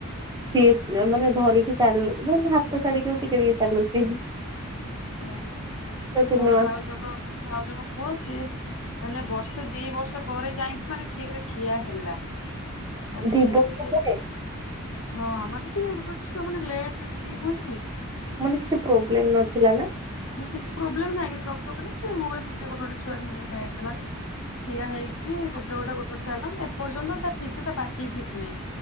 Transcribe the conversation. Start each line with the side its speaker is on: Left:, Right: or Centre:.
Right: ସିଏ ମାନେ ଧରିକି ଚାଲୁ, ମାନେ ହାତ ଛାଡ଼ିକି ଟିକେ ଟିକେ ଚାଲୁଛି।
Left: ସେଇଆ ମୋର
Right: ସେ ତିନି
Left: ଗୋଟେ
Right: ମାସ
Left: ଭାଉଜଙ୍କ ମୋର ଗୋଟେ ଭାଉଜଙ୍କ ପୁଅ ସିଏ ମାନେ ବର୍ଷେ ଦି ବର୍ଷ ପରେ ଯାଇକି ମାନେ ଠିକ୍ ରେ ଠିଆ ହେଲା। ମାନେ
Right: ଦି ବର୍ଷ
Left: ଟିକେ
Right: ପରେ
Left: ଲେ, ହଁ ମାନେ ଟିକେ ଗୋଟେ ଗୋଟେ ଛୁଆ ମାନେ ଲେଟ ରେ ଟିକେ ଇଏ ହୁଅନ୍ତିନି।
Right: ମାନେ କିଛି ପ୍ରୋବ୍ଲେମ ନଥିଲା ନା?
Left: କିଛି ପ୍ରୋବଲେମ୍ ନାହିଁ, କିନ୍ତୁ ଡକ୍ଟର କହିଲେ ହୁଏ ସେମିତି ଗୋଟେ ଗୋଟେ ଛୁଆ ସେମିତି ମାନେ ଚାଲନ୍ତି। ଠିଆ ହେଇକି ଗୋଟେ ଗୋଟେ ଗୋଟେ ଚାଲନ୍ତି, ଏପର୍ଯ୍ୟନ୍ତ ତା ଠିକ୍ ସେ ତା ପାଟି ଫିଟି ନାହିଁ।